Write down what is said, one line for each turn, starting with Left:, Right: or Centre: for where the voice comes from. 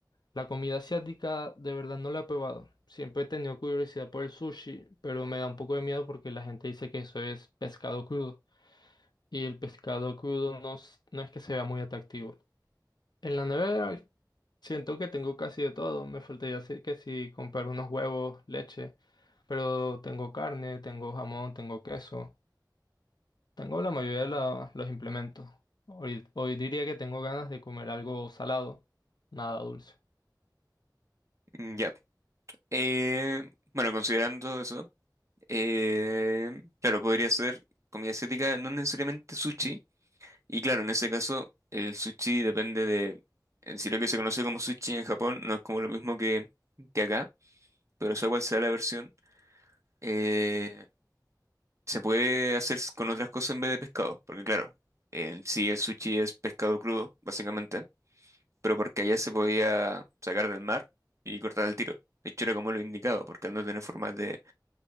Left: La comida asiática de verdad no la he probado. Siempre he tenido curiosidad por el sushi, pero me da un poco de miedo porque la gente dice que eso es pescado crudo. y el pescado crudo no, s- no es que sea muy atractivo. En la nevera siento que tengo casi de todo. Me faltaría decir que si comprar unos huevos, leche, pero tengo carne, tengo jamón, tengo queso, tengo la mayoría de la- los implementos. Hoy, hoy diría que tengo ganas de comer algo salado, nada dulce.
Right: Mm, Ya, Eh, bueno, considerando eso, eh, claro, podría ser comida asiática, no necesariamente sushi. Y claro, en este caso, el sushi depende de, en sí lo que se conoce como sushi en Japón no es como lo mismo que, que acá, pero sea cual sea la versión, eh, se puede hacer s- con otras cosas en vez de pescado, porque claro, en sí el sushi es pescado crudo, básicamente, pero porque allá se podía sacar del mar y cortar al tiro. De hecho, era como lo indicado, porque al no tener formas de